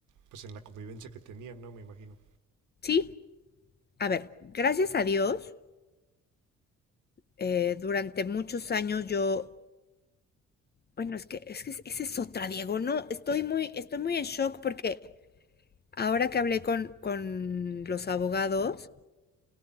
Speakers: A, on the right; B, on the left.
A: pues en la convivencia que tenían, ¿no? Me imagino.
B: Sí, a ver, gracias a Dios, eh, durante muchos años yo, bueno, es que, es que es- esa es otra, Diego, no, estoy muy, estoy muy en shock porque ahora que hablé con, con los abogados,